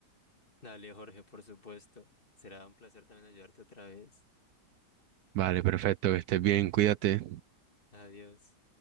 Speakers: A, on the left; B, on the right.
A: Dale, Jorge, por supuesto, será un placer también ayudarte otra vez.
B: Vale, perfecto, que estés bien, cuídate.
A: Adiós.